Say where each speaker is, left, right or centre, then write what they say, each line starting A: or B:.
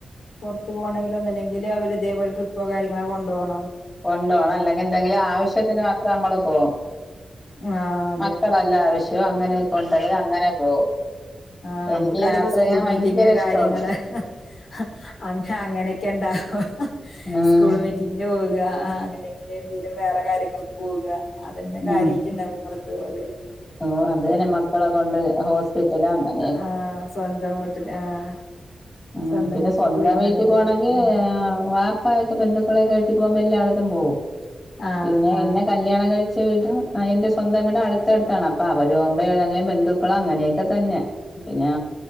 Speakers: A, on the left; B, on the left.
A: പുറത്ത് പോണെങ്കില് ഒന്നല്ലെങ്കില് അവര് ഇതേപോലെ ട്രിപ്പോ കാര്യങ്ങളോ കൊണ്ടു പോണം
B: കൊണ്ടോണം അല്ലെങ്കില് എന്തെങ്കിലും ആവശ്യത്തിന് മാത്രം നമ്മള് പോകും
A: ആഹ് അതെ
B: മക്കളല്ല ആവശ്യവോ അങ്ങനെക്കെ ഉണ്ടെങ്കിൽ അങ്ങനെ പോകും
A: ആഹ നമ്മൾക്ക്
B: എനിക്ക്
A: അധികം
B: യാത്ര
A: സ്കൂൾ
B: ചെയ്യാൻ
A: മീറ്റിംഗ്
B: ഭയങ്കര ഇഷ്ടമാണ്
A: കാര്യങ്ങള് ഹ അ അങ്ങനെയൊക്കെ ഉണ്ടാവോ ഹ് ഹ ഹ
B: ഉം
A: മീറ്റിങ്ങിന് പോവുക അങ്ങനെങ്കിലെ എന്തെങ്കിലും വേറെ കാര്യങ്ങൾക്ക് പോകുക അതന്നെക്കെ കാര്യായിറ്റ്ണ്ടാവും
B: ആഹ്
A: പൊറത്ത് പോകല്
B: ഓ അത്
A: പിന്നെ
B: തന്നെ മക്കളെ കൊണ്ട് ഹോസ്പിറ്റല അങ്ങനെ
A: ആ സ്വന്തം വീട്ടില് ആഹ്
B: ആ
A: സ്വന്തം
B: പിന്നെ
A: വീട്ടിൽ
B: സ്വന്തം
A: പോയിങ്ങാണ്ട്
B: വീട്ടിൽ
A: പോരാ
B: പോണങ്കി
A: ഉം
B: ആ വാപ്പായൊക്കെ ബന്ധുക്കളൊക്കെയിട്ട് പോകുമ്പോ എല്ലാടത്തും പോകും
A: ആഹ്
B: പിന്നെ
A: ആഹ്
B: എന്നെ കല്യാണം കഴി ച്ച വീട എന്റെ സ്വന്തം വീടും അടുത്തടുത്ത് അപ്പ അവര് ആകുമ്പോ ഏതെങ്കിലും ബന്ധുക്കളോ അങ്ങനെയൊക്കെ തന്നെ പിന്നെ